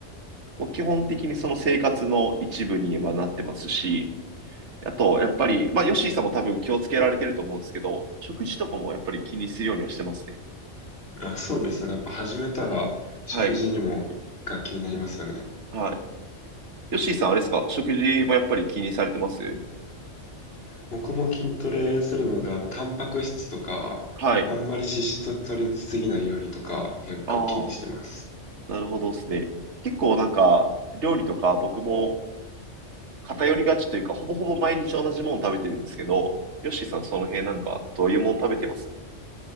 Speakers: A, on the right; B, on the left.
A: もう基本的にその生活の一部に今なってますし、あと、やっぱり、まあ、ヨッシーさんも多分気をつけられてると思うんですけど、食事とかもやっぱり気にするようにはしてますね。
B: あ、そうですよね。やっぱ始めたら食事にもが気になりますよね。
A: はい。はい。ヨッシーさん、あれですか食事もやっぱり気にされてます
B: 僕も筋トレするので、あの、タンパク質とか、
A: はい。
B: あんまり脂質取りすぎないようにとか、結構気にしてます。
A: ああ、なるほどですね。結構なんか、料理とか僕も偏りがちというか、ほぼほぼ毎日同じもの食べてるんですけど、ヨッシーさん、その辺なんか、どういうもの食べてます